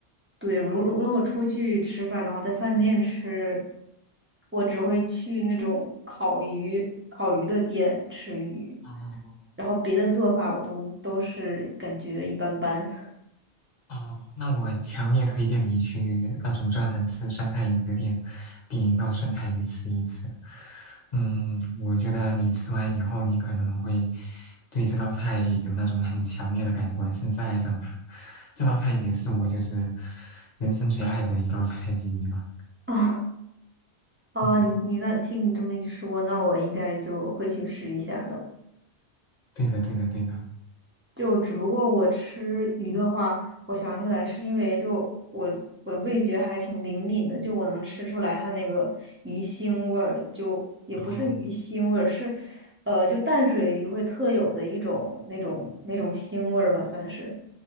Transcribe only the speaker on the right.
对，如如如果出去吃饭的话，在饭店吃，我只会去那种烤鱼烤鱼的店吃鱼，
然后别的做法我都都是感觉一般般
<laughs> 啊。哦，
你你那听你这么一说，那我应该就会去试一下的。
就只不过我吃鱼的话，我想起来是因为就我我味觉还挺灵敏的，就我能吃出来它那个鱼腥味儿，就也不是鱼腥味儿，
是呃就淡水鱼会特有的一种那种那种腥味儿吧，算是，